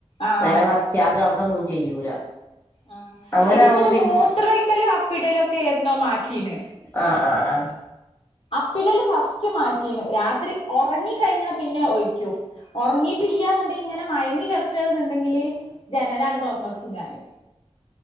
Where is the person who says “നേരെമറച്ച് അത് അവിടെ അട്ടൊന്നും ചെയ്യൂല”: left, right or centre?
Left